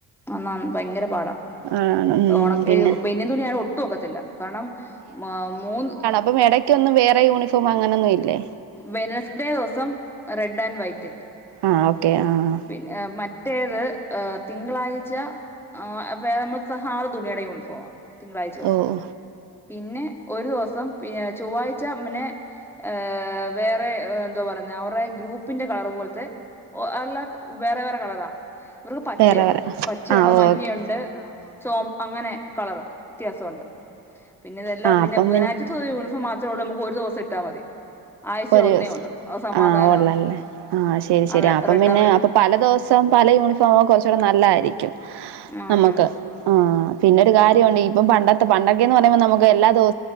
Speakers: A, in the centre; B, on the right.
A: ആന്നാ ഭയങ്കര പാടാ
B: ആണ് ഉം
A: ഓണ
B: പിന്നെ
A: ഹ് ബെന്നിയൻ തുണി ആണെ ഒട്ടും ഒക്കത്തില്ല. കാണം മാ മൂന്ന്
B: പ്പം എടയ്ക്കൊന്നും വേറെ യൂണിഫോം അങ്ങനൊന്നും ഇല്ലേ?
A: വെനസ്ഡേ ദിവസം റെഡ് ആൻഡ് വൈറ്റ്.
B: ആഹ് ഓക്കേ ആഹ്.
A: പിന്നെ ഏഹ് മറ്റേത് ഏഹ് തിങ്കളാഴ്ച ആഹ് അപ്പേ നമ്മള് സഹാറ തുണിയുടെ യൂണിഫോമാ തിങ്കളാഴ്ച ദിവസം.
B: ഓഹ്
A: പിന്നെ ഒരു ദിവസം പിന്നെ ചൊവ്വാഴ്ച മ് പിന്നെ ഏഹ് വേറെ എന്തുവാ പറയുന്നെ അവർടെ ഗ്രൂപ്പിന്റെ കളർ പോലത്തെ ഓഹ് അല്ല വേറെ വേറെ കളറാ. ഇവർക്ക് പച്ചയാ
B: വേറെ വേറെ
A: പച്ചയുണ്ട്,
B: ആഹ്
A: മഞ്ഞയുണ്ട്
B: ഓക്കെ
A: ചോമ് അങ്ങനെ കളറ് വ്യത്യാസോണ്ട്. പിന്നെ ഇതെല്ലാം
B: ആ
A: പിന്നെ
B: അപ്പം
A: ബുധനാഴ്ചത്തെത് യൂണിഫോം മാ ത്രൊള്ളൂ നമുക്ക് ഒരു ദിവസട്ടാ മതി. ആഴ്ചയിൽ
B: ഒരുസ്
A: ഒന്നേ ഉള്ളൂ അത് സമാധാനമാണ്
B: ആഹ് ഒള്ളല്ലേ? ആഹ് ശരി ശരി
A: ആഹ് ഉള്ളത്
B: അപ്പം പിന്നെ
A: അത് ശരിയാ
B: അപ്പം പല ദിവസം പല യൂണിഫോമ് കൊർച്ചൂടെ നല്ലായിരിക്കും
A: നമുക്ക്
B: നമ്മക്ക്. ആഹ് പിന്നൊരു കാര്യോണ്ട് ഇപ്പം പണ്ടത്തെ പണ്ടൊക്കേന്ന് പറിമ്പോ നമുക്ക് എല്ലാ ദിവ